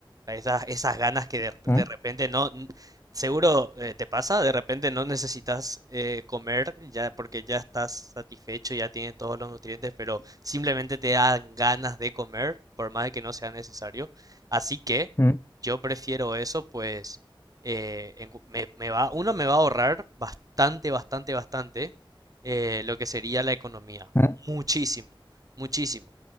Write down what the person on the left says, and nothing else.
Mm,
mm,
mm.